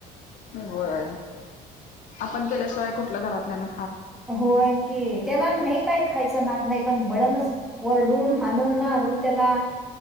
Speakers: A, on the left; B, in the centre.
A: होय. आपण केल्याशिवाय कुठलं घरातल्या ना
B: होय, की त्याला नाही काय खायचा नाद नाही पण बळणच वरडून हाणून मारून त्याला